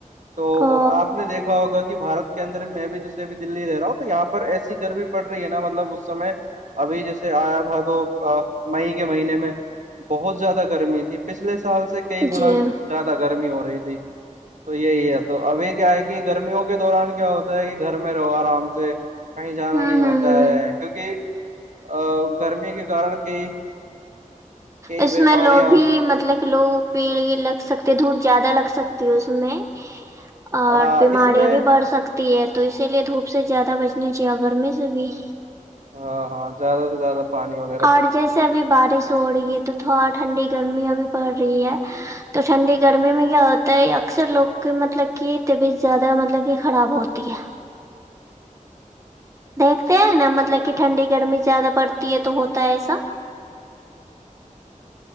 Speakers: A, on the right (about 65°); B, on the right (about 25°).
A: تو
B: او
A: اور آپ نے دیکھا ہوگا کہ بارت کے اندر بھی میں بھی جیےبھی دللی رہا ہوں تو یہاں پر ایسی گرمی پڑ رہی ہے نا مطلب اسمے ابھی جیسے سے آیا تھا تو مئی کے مہینے میں بہت زیادہ گرمی تھی پچھلے سال سے کئی
B: جی
A: گنا
B: ہوں
A: زیادہ گرمی ہو رہی تھی تو یہی اب تو ابھی کیا ہے کہ گرمیوں کے دوران کیا ہوتا ہے کہ گھر میں رہو آرام سے کہیں جانا
B: ہوں
A: نہیں
B: ہوں
A: ہوتا ہے کیونکہ ا گرمی کے کارن کئی کئی
B: اس
A: بیماریاں
B: میں لو بھی مطلب لوگ پیڑ لگ سکتے دھوپ زیادہ لگ سکتی ہے اس میں اور
A: ہاں
B: بیماریاں
A: اس میں
B: بھی بڑھ سکتی تی ہے تو اسی لیے دھوپ سے زیادہ بچنی چاہیے گرمی سے بھی
A: ہاں ہاں زیادہ سے زیادہ پانی وغیرہ
B: اور جیسے ابھی بارش سو رہی ہے تو تھوڑا ٹھنڈی گرمی ابھی پڑ رہی ہے تو ٹھنڈی گرمی میں کیا ہوتا ہے اکثر لوگ کی مطلب کہ طبیعت زیادہ مطلب کہ خراب ہوتی ہے دیکھتے ہیں نا مطلب کہ ٹھنڈی گرمی زیادہ پڑتی ہے تو ہوتا ہے ایسا